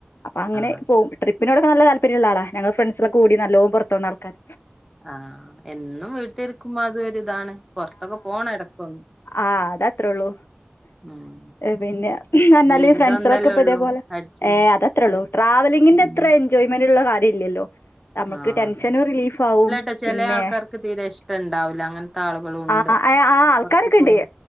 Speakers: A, on the left (about 65°); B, in the centre.
A: അപ്പ അങ്ങനെ
B: ആഹ്
A: പോകും. ട്രിപ്പിനോടക്ക നല്ല താല്പര്യള്ള ആളാ ഞങ്ങള് ഫ്രണ്ട്സളൊക്കെ കൂടി നല്ലോ പുറത്തോണ ആൾക്കാര.
B: ആഹ് എന്നും വീട്ടിരിക്കുമ്പൊ അതും ഒരു ഇതാണ് പുറത്തൊക്കെ പോകണ എടക്കൊന്ന്.
A: ആഹ് അതത്രൊള്ളൂ
B: ഉം
A: അ് പിന്നെ എന്നാലേ
B: ജീവിതം
A: ഫ്രണ്ട്സ്.
B: ഒന്നല്ലേ
A: ത്രക്ക്പ്പ
B: ഉള്ളൂ
A: ഇതേപോലെ
B: അടിച്ചുപൊളി
A: ഏ അതത്രള്ളു ട്രാവലിങ്ങിന്റത്ര
B: ഉം
A: എൻജോയ്മെന്റ്ള്ള കാര്യല്ലല്ലോ. നമ്മക്ക്
B: ആഹ്
A: ടെൻഷനും
B: അതെ
A: റിലീഫാവും
B: ഇല്ലട്ടോ ചെല
A: പിന്നെ.
B: ആൾക്കാർക്ക് തീരെ ഇഷ്ടണ്ടാവൂല അങ്ങനത്തെ ആളുകളും ഉണ്ട്
A: ആഹ് ആഹ് ഏ ആഹ് ആൾക്കാരൊക്കെണ്ട്
B: പുറത്ത് പോവാൻ